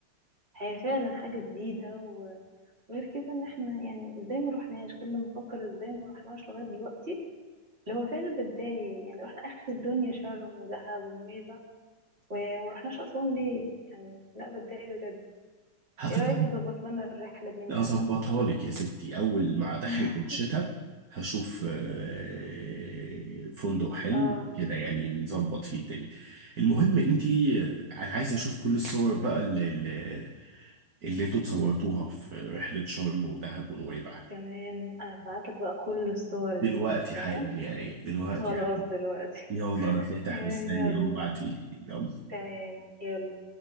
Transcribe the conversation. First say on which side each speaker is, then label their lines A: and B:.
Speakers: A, on the right; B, on the right.
A: هي فعلا حاجة جديدة و... وغير كده إن احنا يعني ازاي ما روحناش كل ما أفكر ازاي ما روحناش لغاية دلوقتي اللي هو فعلا بتضايق يعني رحنا آخر الدنيا شرم ودهب ونويبع وما روحناش أسوان ليه يعني لا بتضايق بجد
B: هتتبسطي
A: ايه رأيك تظبط لنا الرحلة دي انت
B: اظبطها لك يا ستي اول مع دخلة
A: <laughs>
B: الشتاء هشوف آه، فندق حلو
A: اه
B: كده يعني نظبط فيه الدنيا المهم انتي آه، انا عايز اشوف كل الصور بقى اللي اللي اللي انتوا اتصورتوها في رحله شرم ودهب ونويبع
A: تمام هبعتلك بقى كل الصور
B: دلوقتي
A: دي تمام
B: حالا يا ايه دلوقتي
A: خلاص
B: حالا
A: دلوقتي
B: يلا انا فاتح
A: <laughs>
B: مستني
A: يلا
B: اهو ابعتيلي يلا
A: تمام يلا